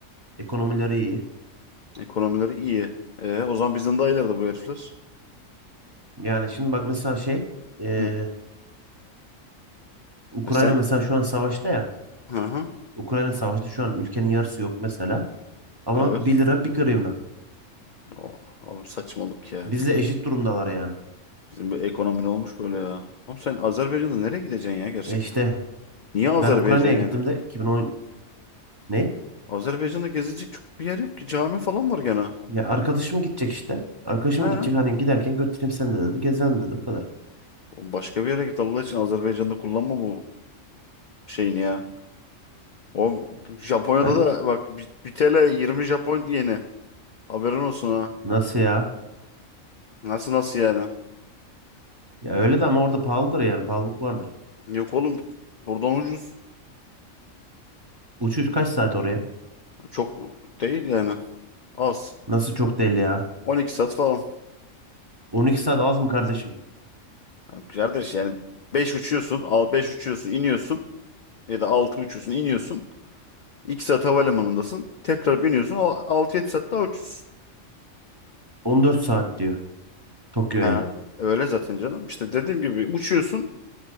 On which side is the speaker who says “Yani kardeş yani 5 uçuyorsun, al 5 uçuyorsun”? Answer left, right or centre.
Left